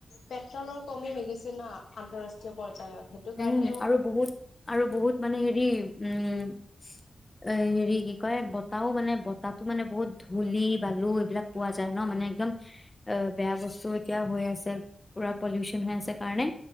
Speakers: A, on the left; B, on the left.
A: পেট্ৰলৰ কমি হৈ গৈছে না আন্ত ৰাষ্টীয় পৰ্যায়ত। সেইটো
B: উম
A: কাৰণেও
B: আৰু বহুত আৰু বহুত মানে হেৰি উম। এ হেৰি কি কয় বতাহও মানে বতাহো মানে বহুত ধূলি বালু এইবিলাক পোৱা যায় ন মানে একদম অ বেয়া বস্তু এতিয়া হৈ আছে পুৰা পলিউচন হৈ আছে কাৰণে